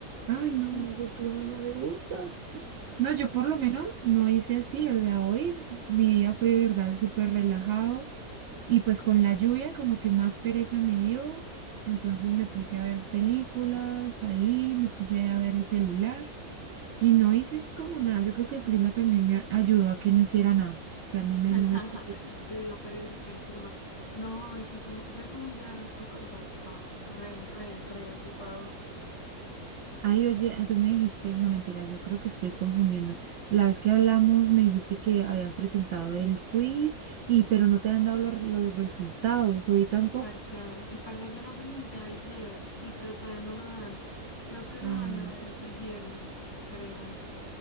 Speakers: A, on the right; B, on the left.
A: Ay, no,
B: Mm.
A: no, esos climas no me gustan. No, yo por lo menos no hice así, o sea, hoy mi día fue de verdad súper relajado. Y pues con la lluvia como que más pereza me dio, entonces me puse a ver películas ahí, me puse ahí a ver el celular y no hice así como nada. Yo creo que el clima también me a- ayudó a que no hiciera nada, o sea, no me,
B: <laughs>
A: no me... apeteció.
B: Te dio perecita el chima. No, y si tú, yo tuve un día súper ocupado, re, re, re ocupado.
A: Ay, oye, tú me dijiste, no mentiras, yo creo que estoy confundiendo. La vez que hablamos me dijiste que habías presentado el quiz y pero no te han dado los, los resultados, hoy tampoco.
B: El parcial, el parcial yo lo presenté ayer, sí, pero todavía no lo dan. Creo que lo
A: Ah,
B: van a dar es el viernes, creo.